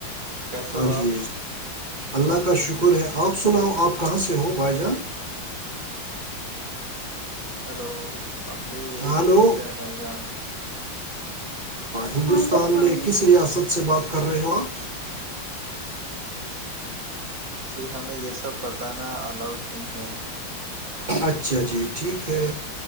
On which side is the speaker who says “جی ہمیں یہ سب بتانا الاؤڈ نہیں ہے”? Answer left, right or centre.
Right